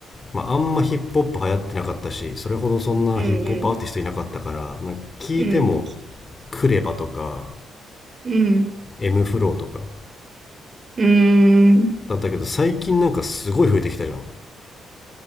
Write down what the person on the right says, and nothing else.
うん、うん、
うん、
うん、うーん。